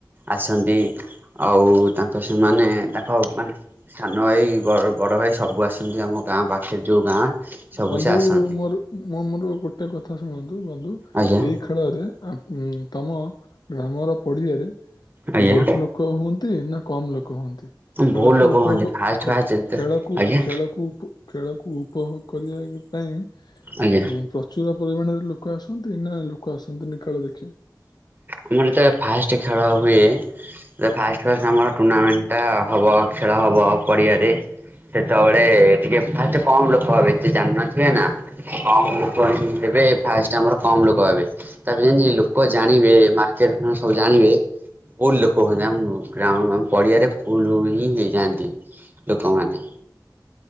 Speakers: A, on the right; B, on the left.
A: ଆସନ୍ତି ଆଉ ତାଙ୍କ ସେମାନେ ତାଙ୍କ ମାନେ ସାନ ଭାଇ ବ ବଡ଼ ଭାଇ ସବୁ ଆସନ୍ତି ଆମ ଗାଁ ପାଖେରେ ଯୋଉ ଗାଁ। ସବୁ
B: ବନ୍ଧୁ
A: ସେ ଆସନ୍ତି
B: ମୋର ମୋ ମୋର ଗୋଟେ କଥା ଶୁଣନ୍ତୁ। ବନ୍ଧୁ!
A: ଆଜ୍ଞା
B: ଏଇ ଖେଳରେ ତମ ଗ୍ରାମର ପଡ଼ିଆରେ
A: ଆଜ୍ଞା
B: ବହୁତ ଲୋକ ହୁଅନ୍ତି ନା କମ୍ ଲୋକ? କୁହନ୍ତି ଖେଳକୁ
A: ବହୁତ ଲୋକ
B: ଉପୋଗ
A: ହୁଅନ୍ତି ଫାଷ୍ଟ ଫାଷ୍ଟ
B: ଖେଳକୁ
A: ଆଜ୍ଞା
B: ଖେଳକୁ ଖେଳକୁ ଉପଭୋଗ କରିବା ପାଇଁ
A: ଆଜ୍ଞା
B: ପ୍ରଚୁର ପରିମାଣରେ ଲୋ କ ଆସନ୍ତୁ ଏଇନା ଲୋକ ଆସନ୍ତନି ଖେଳ ଦେଖିଆକୁ।
A: ଆମର ଯେତେବେଳେ ଫାଷ୍ଟ ଖେଳ ହୁଏ, ଫାଷ୍ଟ ଫାଷ୍ଟ ଆମର ଟୁର୍ଣ୍ଣାମେଣ୍ଟଟା ହବ। ଖେଳ ହବ ପଡିଆରେ ସେତେବଳେ ଟିକେ ଫାଷ୍ଟ କମ ଲୋକ ହେବେ, ଏତେ ଜାଣି ନଥିବେ ନା କମ୍ ଲୋକ ହେ ବେ ଫାଷ୍ଟ ଆମର କମ୍ ଲୋକ ହେବେ ତାପରେ ଯେମତି ଲୋକ ଜାଣ ଣିବେ ମାର୍କେଟରୁ ସବୁ ଜାଣିବେ। ବହୁତ ଲୋକ ହୁଅନ୍ତି ଆମ ଗ୍ରାଉଣ୍ଡ ଆମ ପଡିଆରେ ଫୁଲ୍ ହିଁ ହେଇଯାଆନ୍ତି। ଲୋକମାନେ।